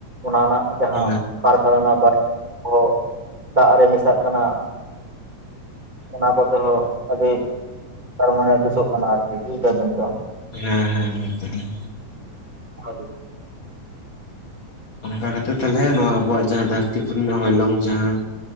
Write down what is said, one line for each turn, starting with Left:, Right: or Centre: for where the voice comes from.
Right: ᱚᱱᱟ ᱨᱮᱱᱟᱜ ᱡᱟᱦᱟᱸ
Left: ᱦᱮᱸ
Right: ᱠᱟᱨᱠᱷᱟᱱᱟ ᱵᱟ <unintelligible> ᱠᱚ ᱫᱟᱜ ᱨᱮ ᱢᱮᱥᱟᱜ ᱠᱟᱱᱟ ᱚᱱᱟ ᱠᱚᱛᱮ ᱦᱚᱸ ᱟᱹᱰᱤ ᱛᱟᱨᱢᱟᱱᱮ ᱫᱩᱥᱚᱜ ᱠᱟᱱᱟ ᱟᱨᱠᱤ ᱵᱩᱡᱷ ᱫᱟᱹᱵᱤᱱ ᱛᱚ?
Left: ᱦᱮᱸ ᱦᱮᱸ ᱦᱮᱸ ᱦᱮᱸ᱾
Right: <unintelligible> <inaudible>
Left: ᱚᱱᱠᱟ ᱠᱟᱛᱮᱜ ᱛᱟᱞᱦᱮ ᱱᱚᱣᱟ ᱟᱵᱚᱣᱟᱜ ᱡᱟᱦᱟᱸ ᱫᱷᱟᱹᱨᱛᱤ ᱠᱚ ᱨᱮᱱᱟᱜ ᱦᱚᱭᱞᱚᱝ ᱡᱟᱦᱟᱸ